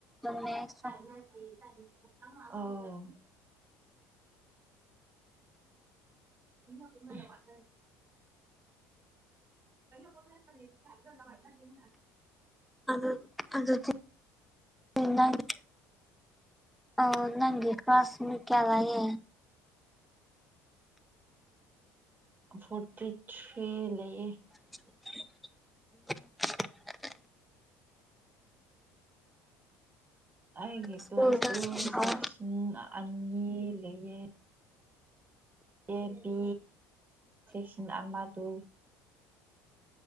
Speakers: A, in the centre; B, on the right (about 30°).
A: ꯑꯗꯨꯁꯨꯣ
B: ꯁ <unintelligible> ꯑꯣ <unintelligible> ꯀꯩꯅꯣꯅ <unintelligible>
A: ꯑꯗꯨ ꯑꯗꯨ <unintelligible> ꯑ ꯅꯪꯒꯤ ꯀ꯭ꯂꯥꯁꯃꯤ ꯀꯌꯥ ꯂꯩꯌꯦ
B: ꯑꯣ ꯐꯣꯔꯇꯤ ꯊꯤ ꯂꯩꯌꯦ
A: <unintelligible>
B: ꯑꯩꯒꯤ
A: ꯁ꯭ꯀꯨꯜꯗ
B: ꯀ꯭ꯂꯥꯁ ꯇꯨ ꯁꯦꯛꯁꯟ
A: ꯑꯣ
B: ꯑꯅꯤ ꯂꯩꯌꯦ ꯑꯦꯕꯤ ꯆꯦꯛꯁꯤꯟ ꯑꯃꯗꯨ